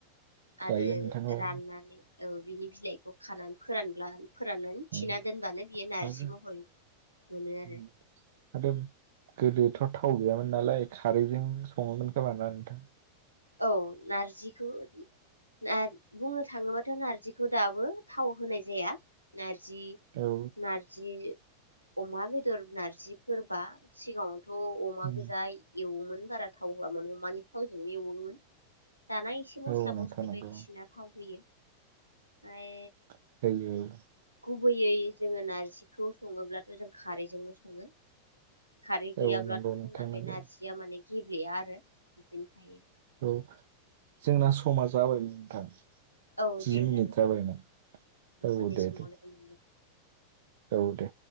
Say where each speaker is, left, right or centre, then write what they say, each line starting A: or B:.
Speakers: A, on the right; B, on the right.
A: जायो
B: आरो
A: नोंथां औ
B: राननानै औ बिनि बिलाइखौ खानानै फोरानब्ला फोराननानै
A: उम
B: थिना दोनबानो बियो नारजि
A: आरो
B: महरै मोनो आरो
A: उम आरो गोदोथ' थाव गैयामोन नालाय खारैजों सङोमोन खोमाना नोंथां?
B: औ नारजिखौ नार बुंनो थाङोबाथ' नारजिखौ दाबो थाव होनाय जाया नार जि
A: औ
B: नारजि अमा बेदर नारजिफोरबा सिगाङाव थ' अमा
A: उम
B: गोजा एवोमोन बारा थाव होयामोन अमानि थाव एवो एवो मोन दाना एसे मस्ला
A: औ नोंथां
B: मस्लि
A: नंगौ
B: बायदिसिना थाव होयो
A: <unintelligible>
B: ओमफ्राय गुबैयै जोङो नार्जिखौ सङोब्लाथ' जों खारैजोंनो सङो। खारै
A: औ
B: गैयाब्लाथ'
A: औ नंगौ
B: जोंना
A: नोंथां नंगौ।
B: बे नारजिया माने गेब्लेया आरो बिदिनो थायो
A: औ जोंना समा जाबायमोन नोंथां
B: औ
A: जि
B: दे
A: मिनिट
B: जागोन
A: जाबायमोन औ
B: उननि
A: दे
B: समाव
A: दे
B: लोगो मोनगोन
A: औ दे